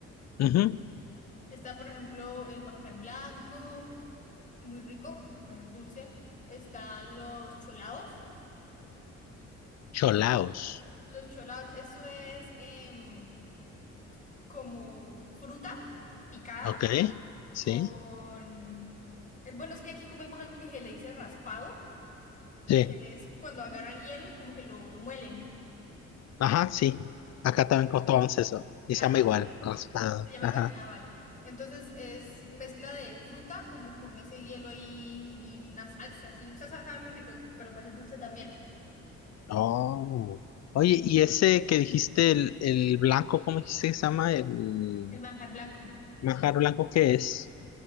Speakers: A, on the left; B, on the left.
A: Ujú.
B: Está, por ejemplo, el manjar blanco, muy rico, pero pues es dulce. Están los cholados.
A: Cholaos,
B: Los cholados, eso es... em, como fruta picada
A: ¿ok? Sí,
B: con... eh, Bueno, es que aquí comemos algo que se le dice raspado,
A: sí,
B: que es cuando agarran hielo y como que lo, lo muelen.
A: ajá, sí. Acá también costaban eso. Y
B: Ah,
A: se llama igual,
B: ok.
A: raspado.
B: ¿Se llama
A: Ajá.
B: igual? Ah, vale. Entonces es mezcla de fruta como con ese hielo ahí y una salsa. Si usas salsa sabe muy rico, pero pues es dulce también.
A: Oh. Oye, y ese que dijiste, el, el blanco, ¿cómo dijiste que se llama? El
B: El manjar blanco.
A: manjar blanco, ¿qué es?